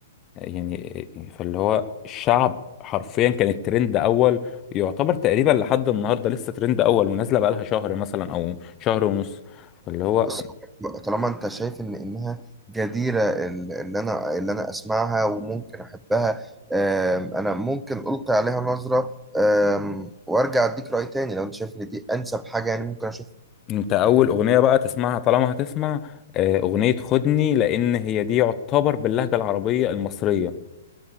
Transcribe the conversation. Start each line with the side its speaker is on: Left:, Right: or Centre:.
Left: يعني فاللي هو الشعب حرفيا كانت ترند اول يعتبر تقريبا لحد النهارده لسه ترند اول ونازله بقالها شهر مثلا او شهر ونص فاللي هو
Centre: خلاص طالما انت شايف ان انها جديرة ال- اللي انا اللي انا اسمعها وممكن احبها آم، انا ممكن القي عليها نظرة آم، وارجع اديك رأي تاني لو انت شايف ان دي انسب حاجة يعني ممكن اشوف
Left: انت اول اغنيه بقى تسمعها طالما هتسمع آه، اغنيه خدني لان هي دي يعتبر باللهجه العربيه المصريه